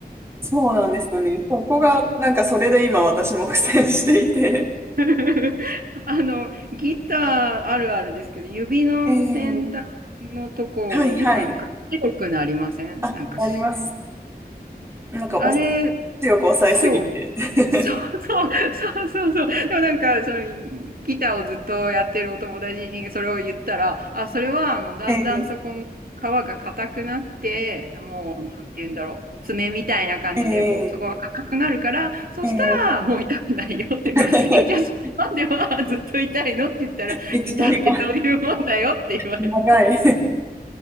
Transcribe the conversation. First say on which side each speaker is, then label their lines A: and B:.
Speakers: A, on the right; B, on the right.
A: そうなんですよね。そこが、なんかそれで今私も苦戦していて。
B: <laughs> あの、ギターあるあるですけど、指の先端のところ、
A: ええはいはい。
B: なんか白くなりませんなんかし、
A: あ、あります。なんかお、
B: あれ、
A: 強く抑えすぎて。
B: そう。
A: <laughs>
B: そうそうそうそうそう。でもなんか、そのギターをずっとやってるお友達にそれを言ったら、あ、それはあのだんだんそこの皮が硬くなって、
A: ええ
B: もう、なんて言うんだろう、爪みたいな感じで、
A: ええ
B: こう、そこが硬くなるから、そしたらもう痛くないよっていうか、
A: ええ <laughs>
B: え、じゃあそれまではずっと痛いのって言ったら、
A: 道のりが
B: ギターってそういうもんだよって言われた。
A: 長い <laughs>